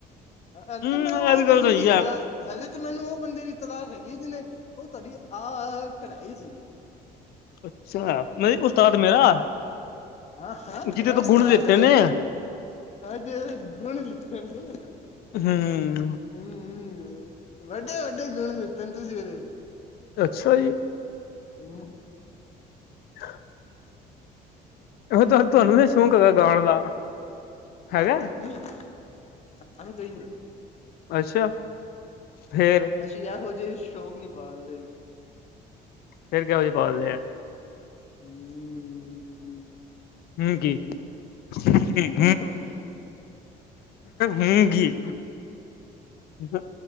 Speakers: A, on the left; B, on the left.
A: ਇਹਨ
B: ਹਮ
A: ਤਾਂ, ਮੈਂ
B: ਇਹ
A: ਉਹ
B: ਵੀ
A: ਬੰਦੇ
B: ਗੱਲ ਸਹੀ
A: ਨੀ
B: ਹੈ
A: ਚਲਾ ਹਲੇ ਤਾਂ ਮੈਨੂੰ ਉਹ ਬੰਦੇ ਦੀ ਤਲਾਸ਼ ਹੈਗੀ, ਜਨੇ ਉਹ ਤੁਹਾਡੀ ਆਹ ਕਢਾਈ ਸੀਗੀ।
B: ਅੱਛਾ, ਨਹੀਂ ਉਸਤਾਦ ਮੇਰਾ
A: ਆਹ ਤੁਹਾਡਾ
B: ਜਿਹਦੇ ਤੋਂ
A: ਉਸਤਾਦ,
B: ਗੁਣ ਦਿੱਤੇ ਨੇ
A: ਜਿਸਨੇ ਗੁਣ ਦਿੱਤੇ ਨੇ।
B: ਹਮ।
A: ਹਮ, ਵੱਡੇ- ਵੱਡੇ ਗੁਣ ਤੰਦੂਸੀ ਉਹਦੇ।
B: ਅੱਛਾ ਜੀ!
A: ਹਮ।
B: ਹਾਂ। ਹੋ ਤੁਹ ਤੁਹਾਨੂੰਨ ਨੀ, ਸ਼ੌਕ ਹੈਗਾ ਗਾਉਣ ਦਾ? ਹੈਗਾ
A: ਨਾ ਨਾ ਸਾਨ ਹੈ, ਸਾਨੂੰ ਕਈ ਨਹੀਂ ਹੈ।
B: ਅੱਛਾ, ਫੇਰ
A: ਅਸੀਂ, ਇਹੋ ਜਿਹੇ ਸ਼ੌਕ ਨੀ ਪਾਾਲਦੇ।
B: ਫੇਰ ਕਿਹੋ ਜੇ ਪਾਲਦੇ ਆ?
A: ਹਮ <unintelligible> ਹਮ, ਹਮ। <unintelligible>
B: ਹਮ ਗ, ਹਮਜੀ <unintelligible>
A: ਕੋਈ ਸ਼ੌਕ ਨੀ ਹੈ
B: ਹਗੀ ਹ,